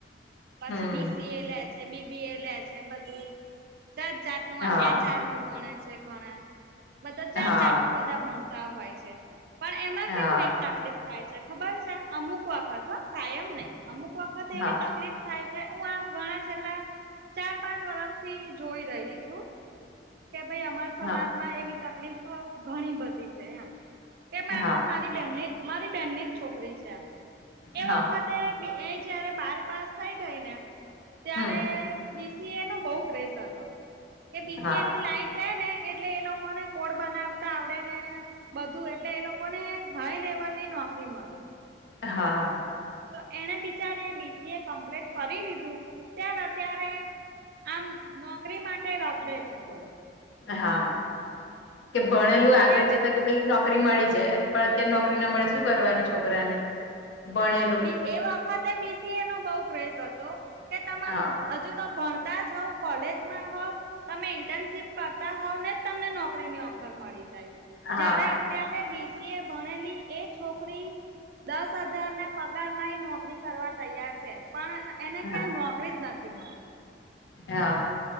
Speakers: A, on the right; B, on the left.
A: પછી
B: હમ
A: બીસી એ લે છે બીબી એ લે છે બધું જાત નું આ
B: હા
A: એચઆર નું ભણે છે ઘણા બધા જાત
B: હા
A: જાતનું બધા ભણતા હોય છે પણ એમાં
B: હા
A: કેવું એક તકલીફ થાય છે ખબર છે અમુક વખત કાયમ નહી અમુક વખત એવી
B: હા
A: તકલીફ થાય છે હું આ ઘણા છેલ્લા ચાર પાંચ વર્ષથી જોઈ રહી છું કે ભાઈ અમાર સમાજમાં
B: હા
A: એવી તકલીફ ઘણી બધી છે એમ કેમ આનો
B: હા
A: મા. મારી બેહેનની જ છોકરી છે એ
B: હા
A: વખાતે. એ જયારે બાર પાસ થઈ ગઈ ને ત્યારે.
B: હમ
A: બીસીએ નો બહુ ક્રેઝ હતો કે બીસીએની
B: હા
A: લાઈન લે ને એટલે એ લોકોને. કોડ બનાવતા આવડે ને બધું એટલે એ લોકોને હાઈ લેવલ ની નોકરી મળે.
B: હા.
A: તો એણે બિચારી બીસીએ કમ્પ્લીટ કરી લીધું. અત્યારે અત્યારે આમ નોકરી માટે રખડે છે બોલો.
B: હા કે ભણેલું
A: અત્યારે
B: આગળ જતા કે. કઈ
A: હા
B: નોકરી મળી જાય પણ અત્યારે નોકરી ના મળે શું કરવાનું છોકરા ને ભણેલું.
A: એ વખતે બીસીએ નો બઉ ક્રેઝ હતો કે તમે
B: હા
A: હજુ તો ભણતા છો. કોલેજમાં હોવ તમે ઇન્ટર્નશીપ કરતા હોવ ને તમને નોકરીની ઓફર મળી જાય.
B: હા
A: જયારે અત્યારે બીસી એ ભણેલી એ છોકરી દસ હજાર ના. પગાર માં નોકરી કરવા તૈયાર છે પણ એને ક્યાં
B: હા
A: નોકરીજ નથી મળતી.
B: હા.